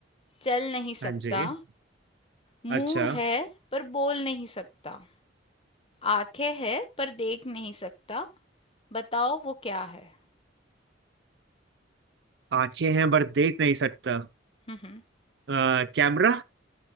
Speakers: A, on the left; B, on the right.
A: चल नहीं
B: हाँ
A: सकता
B: जी
A: मुंह
B: अच्छा
A: है पर बोल नहीं सकता आंखें है पर देख नहीं सकता बताओ वो क्या है
B: आंखें हैं पर देख नहीं सकता
A: हम्म
B: अ, कैमरा